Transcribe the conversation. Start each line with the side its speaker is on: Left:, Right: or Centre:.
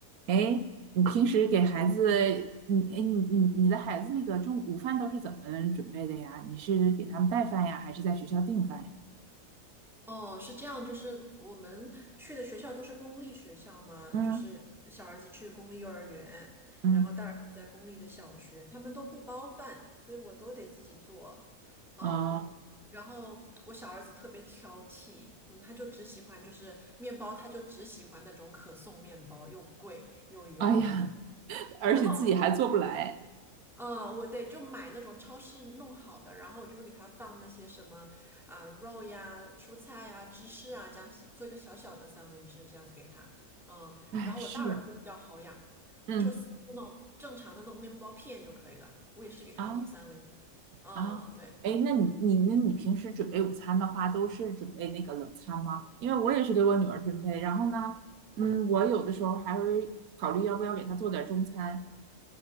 Right: 哎，你平时给孩子，你哎你你你的孩子那个中午饭都是怎么准备的呀？你是给他们带饭呀，还是在学校订饭呀？
Centre: 哦，是这样，就是我们去的学校都是公立学校嘛，
Right: 嗯
Centre: 就是小儿子去公立幼儿园，
Right: 嗯，
Centre: 然后大儿子在公立的小学，他们都不包饭，所以我都得自己做。嗯，
Right: 啊，
Centre: 然后我小儿子特别挑剔，嗯，他就只喜欢就是面包，他就只喜欢那种可颂面包，又贵又油。
Right: 哎呀，
Centre: <laughs>
Right: 而且自己还做不来，
Centre: 然后嗯，我得就买那种超市弄好的，然后我就会给它放那些什么啊、肉呀、蔬菜呀、芝士啊，这样做一个小小的三文治，这样子给他。嗯，
Right: 哎，
Centre: 然后我大儿子比较好养，
Right: 是，嗯
Centre: 就是那种正常的那种面包片就可以了。我也是给他弄三文治。
Right: 啊
Centre: 嗯，
Right: 啊，
Centre: 对。
Right: 哎，那你你那你平时准备午餐的话，都是准备那个冷餐吗？因为我也是给我女儿准备，然后呢，嗯，我有的时候还会考虑要不要给她做点中餐，